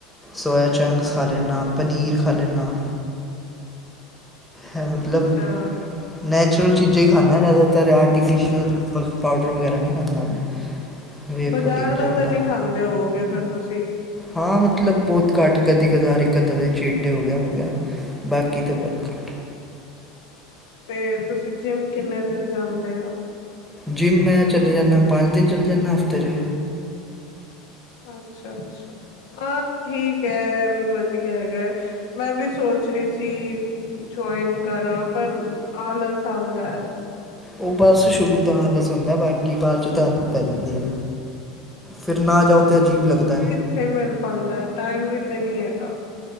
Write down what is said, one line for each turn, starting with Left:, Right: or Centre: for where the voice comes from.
Centre: ਸੋਆਚੰਗਸ ਖਾ ਲੈਨਾ,
Left: ਅੱਛਾ
Centre: ਪਨੀਰ ਖਾ ਲੈਨਾ। ਹੈ ਮਤਲਬ।
Left: ਅੱਛਾ
Centre: ਨੈਚੁਰਲ ਚੀਜ਼ਾਂ ਹੀ ਖਾਨਾ ਜ਼ਿਆਦਾਤਰ ਆਰਟੀਫਿਸ਼ੀਅਲ ਪਾ ਪਾਊਡਰ ਵਗੈਰਾ ਨੀ ਖਾਂਦਾ ਮੈਂ। <unintelligible> <unintelligible>
Left: ਬਜ਼ਾਰ
Centre: ਪ੍ਰੋਟੀਨ 'ਚ
Left: ਦਾ
Centre: ਹੁੰਦਾ
Left: ਤੇ ਨੀ ਖਾਂਦੇ ਹੋਓਗੇ ਫੇਰ ਤੁਸੀਂ?
Centre: ਹਾਂ ਮਤਲਬ ਬਹੁਤ ਘੱਟ ਕਦੀ ਕਦਾਰ ਇੱਕ ਅੱਧਾ ਦਿਨ <unintelligible> ਹੋ ਗਿਆ ਹੋ ਗਿਆ ਬਾਕੀ ਤਾਂ ਬਹੁਤ ਘੱਟ।
Left: ਫੇਰ ਤੁਸੀਂ ਜਿੰਮ ਕਿੰਨੇ ਦਿਨ ਜਾਂਦੇ ਓ?
Centre: ਜਿੰਮ ਮੈਂ ਚਲੇ ਜਾਨਾ ਪੰਜ ਦਿਨ ਚਲ ਜਾਨਾ ਹਫ਼ਤੇ ਚ।
Left: ਅੱਛਾ-ਅੱਛਾ, ਹਾਂ ਠੀਕ ਐ ਐਹ ਵੀ ਵਧੀਆ ਹੈਗਾ। ਮੈਂ ਵੀ ਸੋਚ ਰੀ ਸੀ। ਜੁਆਇਨ ਕਰਾ ਪਰ ਆਲਸ ਆਦੈ।
Centre: ਓ ਬਸ ਸ਼ੁਰੂ ਤੋਂ ਆਲਸ ਹੁੰਦਾ, ਬਾਕੀ ਬਾਅ ਚੋ ਤਾਂ ਆਦਤ ਪੈ ਜਾਂਦੀ ਐ। ਫੇਰ ਨਾ ਜਾਓ ਤੇ ਅਜੀਬ ਲੱਗਦੈ।
Left: ਫੇਰ ਮਿਲ ਪਾਦਾ ਟਾਈਮ ਵੀ ਤੇ ਨੀ ਹੈਗਾ।